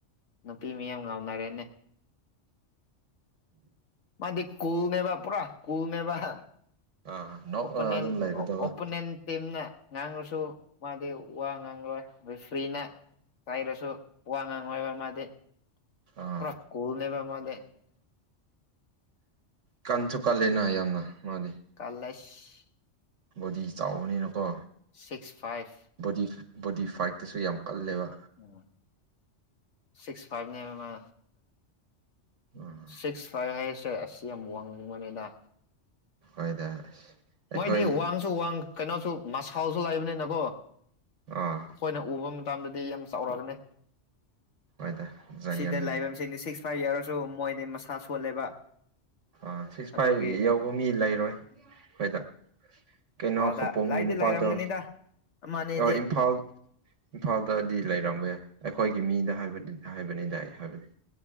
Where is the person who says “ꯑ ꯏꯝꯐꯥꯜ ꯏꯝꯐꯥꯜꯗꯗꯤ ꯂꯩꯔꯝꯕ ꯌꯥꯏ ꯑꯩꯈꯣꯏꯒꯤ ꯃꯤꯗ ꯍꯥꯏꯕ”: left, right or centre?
Right